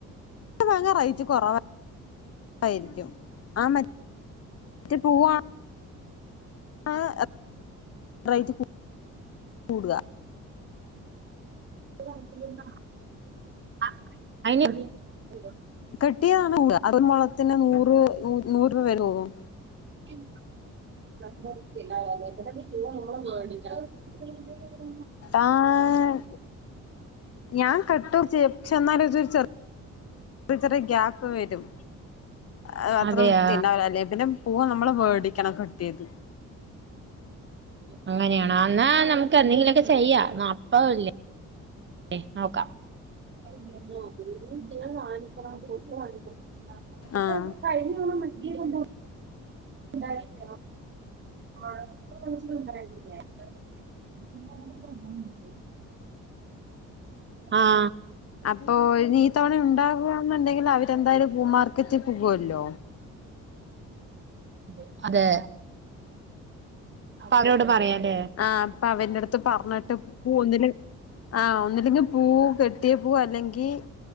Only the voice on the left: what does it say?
ട്ട് വാങ്ങാൻ റൈറ്റ് കൊറവ് ആയിരിക്കും ആ മ റ്റ് പൂവാ ആഹ് റൈറ്റ് കു കൂടുക
കെട്ടിയതാണ് <inaudible> ഒരു മുളത്തിന് നൂറ് നൂ നൂറ് രൂപ വരെ പോകും
ആഹ് ഞാൻ കട്ടു ചെ ചെന്നാല് ഇത് ചെ ഇപ്പൊ ചെറിയ ഗ്യാപ്പ് വരും അത് അത്ര
വൃത്തി ഉണ്ടാവലില്ലേ പിന്നെ പൂവ് നമ്മള് വേടിക്കണം കട്ട് ചെയ്ത്
ആഹ്
അപ്പൊ ഇനി ഈ തവണ ഉണ്ടാവു ഓഹ് അന്ന് എന്തെങ്കിലും അവര് എന്തായാലും പൂ മാർക്കറ്റിൽ പോകുല്ലോ
ആഹ് അപ്പൊ അവന്റെ അടുത്ത് പറഞ്ഞിട്ട് പോന്നില് ആഹ് ഒന്നില്ലെങ്കിൽ പൂവ് കെട്ടിയ പൂവ് അല്ലെങ്കി